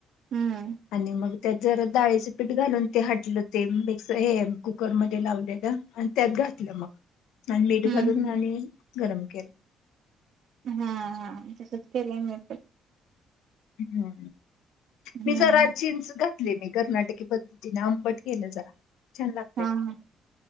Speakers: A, on the right; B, on the left.
A: हम्म
B: आणि मग त्यात जरा डाळीचं पीठ घालून ते हटलं ते मिक्स हे कुकर मध्ये लावलेलं आणि त्यात घातलं मग आणि मीठ
A: हम्म
B: घालून आणि गरम केल
A: हा तसच केले मी पण
B: हुं
A: हम्म
B: मी जरा चींच घातले मी कर्नाटकी पंध तिन आंबट केलं जरा छान लागतय
A: हा, हा,